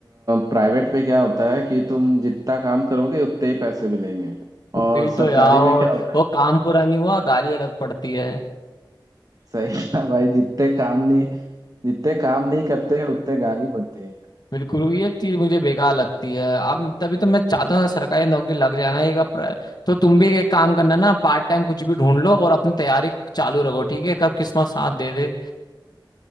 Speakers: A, on the right (about 50°); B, on the left (about 55°).
A: प्राइवेट पे क्या होता है कि तुम जितना काम करोगे उतने ही पैसे मिलेंगे और
B: वही तो
A: सरकारी
B: यार
A: में
B: और
A: क्या होता है
B: वो काम पूरा नहीं हुआ गाली अलग पड़ती है
A: सही कहा भाई जितने काम नहीं जितने काम नहीं करते उतने गाली पड़ती है
B: बिल्कुल ये चीज मुझे बेकार लगती है अब तभी तो मैं चाहता हूँ सरकारी नौकरी लग जाना एक अप्र- तो तुम भी एक काम करना ना पार्ट टाइम कुछ भी ढूंढ लो और अपनी तैयारी चालू रखो ठीक है कब किस्मत साथ दे दे